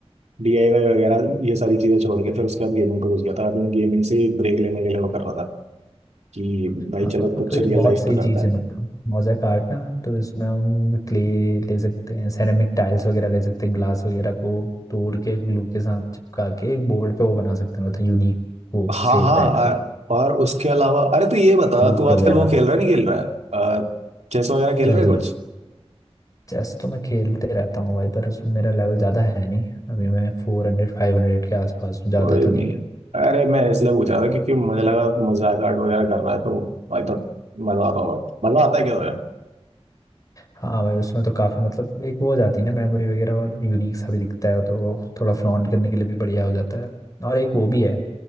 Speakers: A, on the right (about 80°); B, on the left (about 30°).
A: डीआईवाई वगैरह ये सारी चीजें छोड़ के फिर उसके बाद गेमिंग पे घुस गया था अभी मैं गेमिंग से ब्रेक लेने के लिए वो कर रहा था कि भाई
B: हाँ
A: चलो कुछ
B: तो ये
A: रियल
B: बहुत
A: लाइफ
B: सही
A: पे
B: चीज़
A: करते हैं
B: है मतलब मोज़ेक आर्ट ना तो इसमें हम क्ले ले सकते हैं सेरेमिक टाइल्स वगैरह ले सकते हैं ग्लास वगैरह को तोड़ के ग्लू के साथ चिपका के एक बोर्ड पे वो बना सकते हैं मतलब यूनिक वो
A: हाँ
B: सेप
A: हाँ
B: टाइप के
A: अ- और उसके अलावा अरे तो ये बता
B: hoops
A: तू आजकल
B: वगैरह
A: वो खेल रहा है नहीं खेल रहा है अ, चेस वगैरह खेल
B: क्या
A: रहा
B: जी
A: है कुछ
B: चेस तो मैं खेलते रहता हूँ भाई पर उसमें मेरा लेवल ज़्यादा है नहीं अभी मैं फोर हंड्रेड फाइव हंड्रेड के आसपास हूँ ज़्यादा
A: कोई
B: तो
A: नहीं
B: नहीं है
A: अरे मैं इसलिए पूछा था क्योंकि मुझे लगा मजाक आर्ट वगैरह कर रहा है तो आई थॉट मजा आता होगा मजा आता है क्या तुझे
B: हाँ भाई उसमें तो काफ़ी मतलब एक वो हो जाती है ना मेमोरी वगैरह और यूनिक सा भी दिखता है तो वो थोड़ा फ्लॉन्ट करने के लिए भी बढ़िया हो जाता है और एक वो भी है